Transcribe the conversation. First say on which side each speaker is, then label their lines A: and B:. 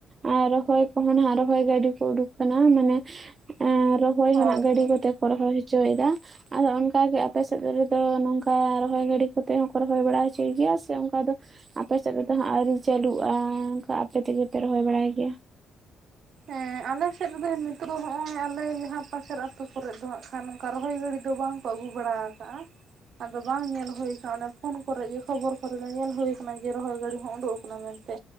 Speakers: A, on the right; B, on the right.
A: ᱟᱨ ᱨᱚᱦᱚᱭ ᱠᱚᱦᱚᱸ ᱱᱷᱟᱜ ᱨᱚᱦᱚᱭ ᱜᱟᱰᱤ ᱠᱚ ᱩᱰᱩᱠ ᱠᱟᱱᱟ ᱢᱟᱱᱮ ᱼᱼ ᱮᱸ ᱨᱚᱦᱚᱭ
B: ᱦᱳᱭ
A: ᱦᱚᱱᱟᱜ ᱜᱟᱰᱤ
B: ᱦᱳᱭ
A: ᱠᱚᱛᱮ ᱠᱚ ᱨᱚᱦᱚᱭ ᱦᱚᱪᱚᱭᱮᱫᱟ ᱟᱫᱚ ᱚᱱᱠᱟ ᱜᱮ ᱟᱯᱮ ᱥᱮᱫ ᱨᱮᱫᱚ ᱱᱚᱝᱠᱟ ᱨᱚ ᱼᱼ ᱨᱚᱦᱚᱭ ᱜᱟᱰᱤ ᱠᱚ ᱛᱮ ᱦᱚᱸᱠᱚ ᱨᱚᱦᱚᱭ ᱵᱟᱲᱟ ᱦᱚᱪᱚᱭ ᱜᱮᱭᱟ ᱥᱮ ᱚᱱᱠᱟ ᱫᱚ ᱼᱼ ᱟᱯᱮ ᱥᱮᱫ ᱨᱮᱫᱚ ᱦᱟᱸᱜ ᱟᱣᱨᱤ ᱪᱟᱞᱩᱜᱼᱟ ᱚᱱᱠᱟ ᱟᱯᱮ ᱛᱮᱜᱮ ᱯᱮ ᱨᱚᱦᱚᱭ ᱵᱟᱲᱟᱭ ᱜᱮᱭᱟ?
B: ᱦᱮᱸ ᱟᱞᱮ ᱥᱮᱫ ᱨᱮ ᱫᱚ ᱱᱤᱛᱚᱜ ᱫᱚ ᱦᱚᱸᱜᱼᱚᱭ ᱟᱞᱮ ᱡᱟᱦᱟᱸ ᱯᱟᱥᱮᱨ ᱟᱛᱩ ᱠᱚᱨᱮᱫ ᱫᱚ ᱦᱟᱸᱜ ᱠᱷᱟᱱ ᱱᱚᱝᱠᱟ ᱨᱚᱦᱚᱭ ᱜᱟᱲᱤ ᱫᱚ ᱵᱟᱝ ᱼᱼ ᱠᱚ ᱟᱹᱜᱩ ᱵᱟᱲᱟ ᱠᱟᱜᱼᱟ᱾ ᱟᱫᱚ ᱵᱟᱝ ᱧᱮᱞ ᱦᱳᱭ ᱠᱟᱱᱟ ᱚᱱᱮ ᱯᱷᱳᱱ ᱠᱚᱨᱮ ᱜᱮ ᱠᱷᱚᱵᱚᱨ ᱠᱚᱨᱮ ᱜᱮ ᱧᱮᱞ ᱦᱳᱭ ᱠᱟᱱᱟ ᱡᱮ ᱨᱚᱦᱚᱭ ᱜᱟᱰᱤ ᱦᱚᱸ ᱳᱸᱰᱳᱜ ᱠᱟᱱᱟ ᱢᱮᱱᱛᱮ᱾